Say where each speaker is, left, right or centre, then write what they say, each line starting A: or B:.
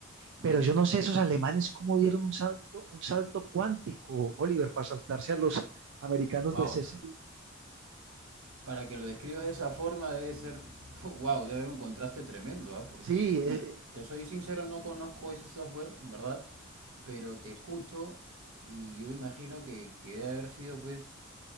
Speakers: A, on the right; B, on the right.
A: pero
B: Ya.
A: yo no sé esos alemanes cómo dieron un salto, un salto cuántico, Oliver, para saltarse a los <laughs> americanos
B: Wow,
A: de CC.
B: Para que lo describas de esa forma debe ser, wow, debe haber un contraste tremendo, ¿ah? Porque,
A: Sí, eh,
B: bueno, te soy sincero, no conozco ese software, en verdad, pero te escucho y yo imagino que, que debe haber sido, pues,